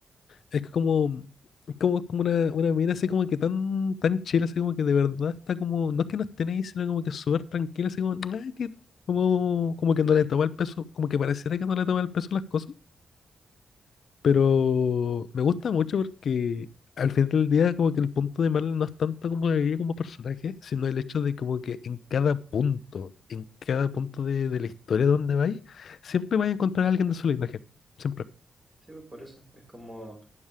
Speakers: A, on the left; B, on the right.
A: es que como, es como, es como una, una mina así como que tan, tan chila, así como que de verdad está como, no es que no esté ahí, sino como que súper tranquila, así como, "Ah, que, como, como que no le toma el peso, como que pareciera que no le toma el peso a las cosas. Pero me gusta mucho porque al final del día como que el punto de Marvel no es tanto como ella como personaje, sino el hecho de como que en cada punto, en cada punto de, de la historia donde vais, siempre vais a encontrar a alguien de su linaje. Siempre.
B: Sí, pues por eso. Es como.